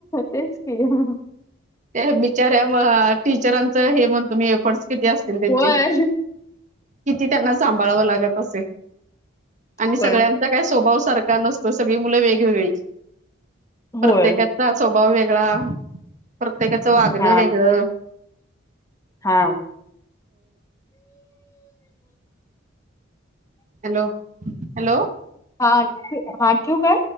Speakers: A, on the left; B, on the right.
A: तेच क
B: त्या बिचाऱ्या टीचरांच हे म्हण तुम्ही एफर्स किती असतील त्यांची
A: होय
B: किती त्यांना सांभाळावं लागत असेल आणि सगळ्यां
A: होय
B: काही स्वभाव सारखा नसतो सगळी मुलं वेगवेगळी प्रत्येकात
A: होय
B: स्वभाव वेगळा प्रत्येकाचं वागणं
A: हा
B: वेगळं
A: हा
B: हॅलो हॅलो
A: हां हां ठ्यू का